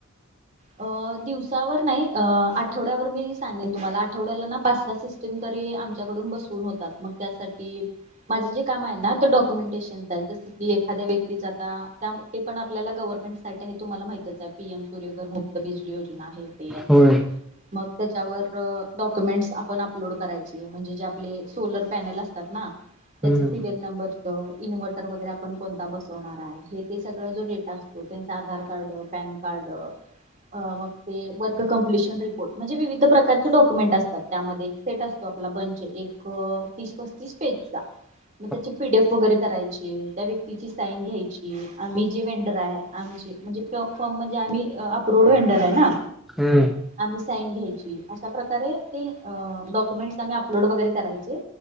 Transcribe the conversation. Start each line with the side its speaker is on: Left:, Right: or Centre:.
Right: अ दिवसावर नाही. आठवड्यावर मी सांगेन तुम्हाला, आठवड्याला ना पाच सहा शै तरी आमच्याकडून बसवून होतात. मग त्यासाठी माझं जे काम आहे ना डॉक्युमेंटेशन. जसं की एखाद्या व्यक्तीचं आता ते, पण आपल्याला गव्हरमेंट. तुम्हाला माहितच आहे, पी एम सूर्यधर मुक्त बिजली योजना आहे ते असं.
Centre: होय
Right: मग त्यांच्यावर डॉक्युमेंट्स आपण अपलोड करायचे. म्हणजे जे आपले सोलर पॅनल अस तात ना त्यांचे
Centre: हम्म
Right: सिरीयल नंबर. इन्व्हर्टर वगैरे आपण कोणता बसवणार आहे, हे ते सगळं जो डेटा असतो. त्यांचं आधार कार्ड पॅन कार्ड. मग ते वर्क कं्प्लिशन रिपोर्ट म्हणजे, विविध प्रकारचे डॉक्युमेंट असतात. त्यांमध्ये सेट असतो आप आपला बंच एक तीस पस्तीस पेजचा.
Centre: <inaudible>
Right: मग त्यांची पी डी एफ वगैरे. करायची त्या व्यक्तीची साईन घ्यायची, आम्ही जे वेंडर आहे. आमची म्हणजे फ्रॉम म्हणजे आम्ही. रोड वेंडर आहे ना.
Centre: हम्म
Right: आम्ही साईन घ्यायची, अशा प्रकारे का डॉक्युमेंट्स आम्ही अपलोड वगैरे करायचे.